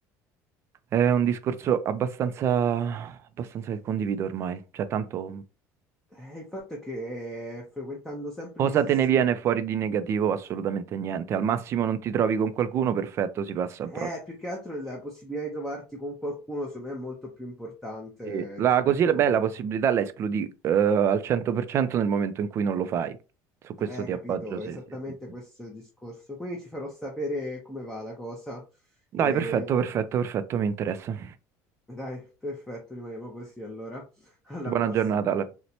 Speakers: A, on the right; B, in the centre.
A: è un discorso abbastanza, abbastanza che condivido ormai. Cioè, tanto
B: eh, il fatto è che frequentando sempre
A: cosa
B: gli stessi...
A: te ne viene fuori di negativo? Assolutamente niente. Al massimo non ti trovi con qualcuno, perfetto, si passa
B: Eh,
A: al prossimo.
B: più che altro la possibilità di trovarti con qualcuno, secondo me, è molto più importante
A: Sì. La,
B: rispetto...
A: così è bella possibilità la escludi eh, al 100% nel momento in cui non lo fai. Su questo
B: Eh,
A: ti
B: capito,
A: appoggio, sì,
B: esattamente
A: sì, sì. sì.
B: questo è il discorso. Quindi ci farò sapere come va la cosa.
A: Dai,
B: E...
A: perfetto, perfetto, perfetto, mi interessa.
B: Dai, perfetto, rimaniamo così allora. <laughs> Alla
A: Buona
B: prossima.
A: giornata, Ale.